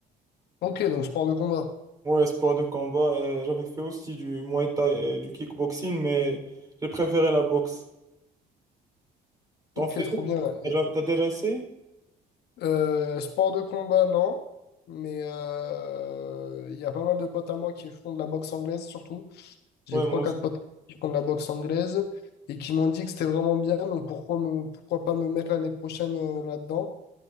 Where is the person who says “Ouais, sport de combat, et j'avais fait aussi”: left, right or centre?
Right